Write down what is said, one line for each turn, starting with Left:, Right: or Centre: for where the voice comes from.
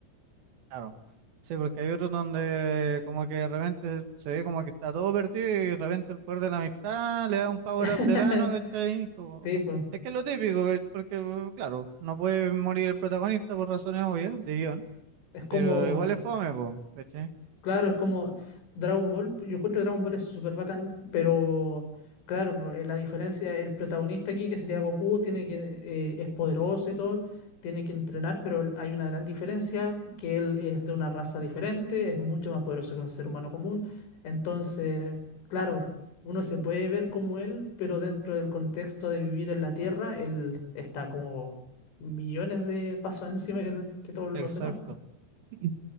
Right: Claro. Sí, porque hay otros donde como que de repente se ve como que está todo perdido y de repente el poder de la amistad le da un power
Left: <laughs>
Right: up del ano, ¿cachai? Como-
Left: Sí, pues
Right: Es que es lo típico, que- porque claro, no puede morir el protagonista por razones obvias de guión,
Left: es como
Right: pero igual es fome, po, ¿cachai?
Left: Claro, es como Dragon Ball. Yo encuentro que Dragon Ball es súper bacán, pero claro, eh, la diferencia, el protagonista aquí, que sería Goku, tiene que, eh, es poderoso y todo, tiene que entrenar, pero el- hay una gran diferencia, que él es de una raza diferente, es mucho más poderoso que un ser humano común. Entonces, claro, uno se puede ver como él, pero dentro del contexto de vivir en la Tierra, él está como millones de pasos encima que, el- que todos los
Right: Exacto.
Left: demás.
Right: Sí,